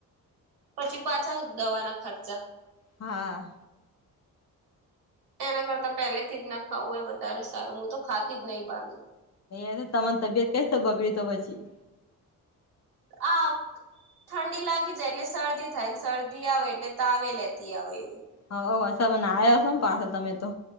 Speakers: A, on the right (about 90°); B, on the left (about 45°).
A: પછી પાછા દવાના ખર્ચા
B: હા.
A: એના કરતા પહેલેથી જ ના ખાવું એ વધારે સારું હું તો ખાતી જ નહી બહારનું
B: એ તો તમાને તબિયત કઈ રીતે બગડી તો પછી?
A: હ ઠંડી લાગી જાય એટલે શરદી થાય. શરદી આવે એટલે તાવે લેતી આવે એ ર
B: હ અ મને આવ્યા છો ને પાસે તમે તો.